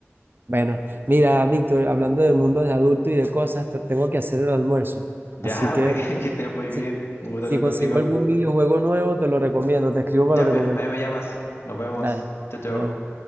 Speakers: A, on the right; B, on the left.
A: Bueno, mira, Víctor, hablando del mundo de adulto y de cosas, te- tengo que hacer el almuerzo.
B: Ya,
A: Así que,
B: pues, <laughs> que
A: bueno,
B: estés muy bien.
A: si,
B: Un gusto
A: si
B: hablar contigo.
A: consigo algún videojuego nuevo, te lo recomiendo, te escribo
B: Ya,
A: para recomendar.
B: pues, ahí me llamas. Nos vemos.
A: Dale,
B: Chao, chao.
A: nuevo.